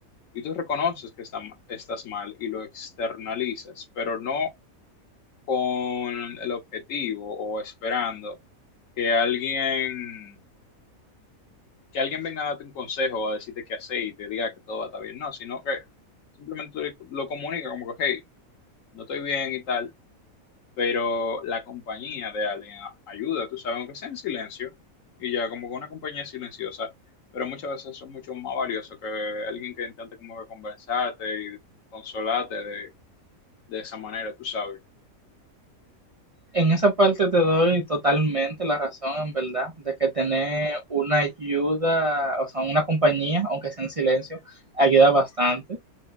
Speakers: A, on the left; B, on the right.
A: y tú reconoces que está- estás mal y lo externalizas, pero no con el objetivo o esperando que alguien, que alguien venga a darte un consejo o a decirte qué hacer y te diga que todo va a estar bien, no, sino que simplemente tú lo comunicas como que, hey, no estoy bien y tal pero la compañía de alguien a- ayuda, tú sabes, aunque sea en silencio, y ya como que una compañía silenciosa, pero muchas veces son mucho más valiosos que alguien que intente como que conversarte y consolarte de, de esa manera, tú sabes.
B: En esa parte te doy totalmente la razón, en verdad, de que tener una ayuda, o sea, una compañía, aunque sea en silencio, ayuda bastante.